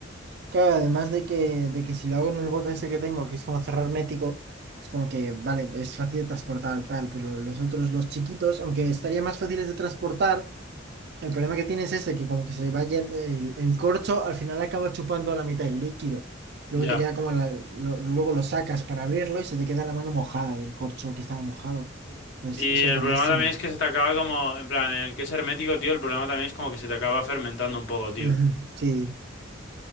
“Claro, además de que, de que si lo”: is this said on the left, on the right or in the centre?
Right